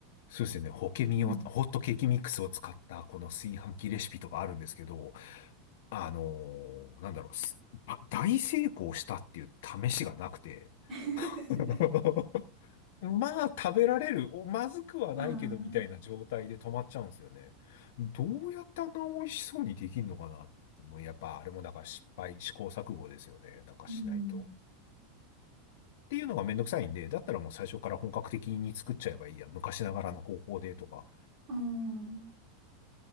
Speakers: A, on the left; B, on the right.
A: そうですよね。ホケミを、
B: うん。
A: ホットケーキミックスを使ったこの炊飯器レシピとかあるんですけど、あのーなんだろう、すば大成功したっていう試しがなくて。
B: <laughs>
A: <laughs> まあ、食べられる、お、まずくはないけど、
B: ああ、
A: みたいな状態で止まっちゃうんですよね。どうやってあんな美味しそうにできんのかなって、もうやっぱあれもだから失敗、試行錯誤ですよね。なんかしないと。
B: うん。
A: っていうのがめんどくさいんで、だったらもう最初から本格的に作っちゃえばいいや。昔ながらの方法でとか。
B: うん。